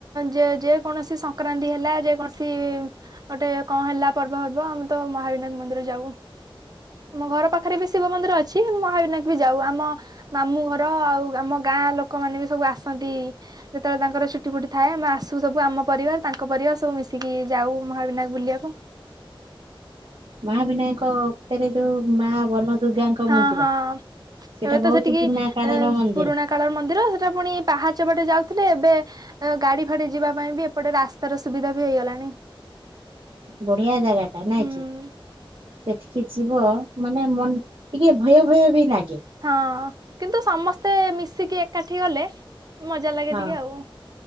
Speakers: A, on the right; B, on the right.
A: ଯେ ଯେ କୌଣସି ସଂକ୍ରାନ୍ତି ହେଲା ଯେକୌଣସି ଗୋଟେ କଣ ହେଲା ପର୍ବ ଫର୍ବ ଆମେ ତ ମହାବିନାୟକ ମନ୍ଦିର ଯାଉଁ। ଆମ ଘର ପାଖରେ ବି ଶିବ ମନ୍ଦିର ଅଛି ମହାବିନାୟ ବି ଯାଉ, ଆମ ଆମ ମାମୁଁ ଘର ଆଉ ଆମ ଗାଁ ଲୋକମାନେ ବି ସବୁ ଆସନ୍ତି। ଯେତେବେଳେ ତାଙ୍କର ଛୁଟି ଫୁଟି ଥାଏ ଆମେ ଆସୁ ସବୁ ଆମ ପରିବାର ତାଙ୍କ ପରିବାର ସବୁ ମିଶିକି ଯାଉ ମହାବିନାୟ ବୁଲିବାକୁ।
B: ମାହାବିନାୟ କତରେ ଯୋଉଁ ମା ବନ। ଦୁର୍ଗାଙ୍କ
A: ହଁ
B: ମନ୍ଦିର।
A: -ହଁ
B: ସେଟା
A: ଏ
B: ବହୁତ
A: ତ ସେଠିକି
B: ପୁରୁଣା କାଳର ମନ୍ଦିର
A: ପୁରୁଣା। କାଳର ମନ୍ଦିର ସେଟା ପୁଣି ପାହାଚ ବାଟେ ଯାଉଥିଲେ ଏବେ ଗାଡି ଫାଡି ଯିବା ପାଇଁ ବି ଏପଟେ ରାସ୍ତାର ସୁବିଧା ବି ହେଇଗଲାଣି।
B: ବଢିଆ ଜାଗାଟା ନାଁ
A: ହୁଁ
B: କି। ସେଠିକି ଯିବ ମାନେ ମନ ଟିକେ ଭୟ ଭୟ ବି ଲାଗେ।
A: ହଁ କିନ୍ତୁ ସମସ୍ତେ ମିଶିକି ଏକାଠି ଗଲେ। ମଜା ଲାଗେ
B: ହଁ
A: ଟିକେ ଆଉ